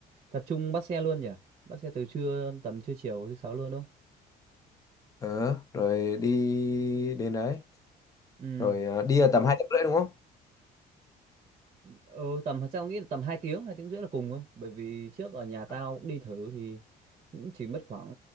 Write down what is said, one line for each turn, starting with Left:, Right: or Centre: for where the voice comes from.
Right: tập trung bắt xe luôn nhỉ bắt xe từ trưa tầm trưa chiều thứ sáu luôn đúng không
Left: Ờ, rồi đi đến đấy,
Right: ừ
Left: rồi à, đi là tầm hai tiếng rưỡi đúng không?
Right: ừ, tầm sao nghĩ là tầm hai tiếng hai tiếng rưỡi là cùng thôi bởi vì trước ở nhà tao
Left: À.
Right: cũng đi thử thì cũng chỉ mất khoảng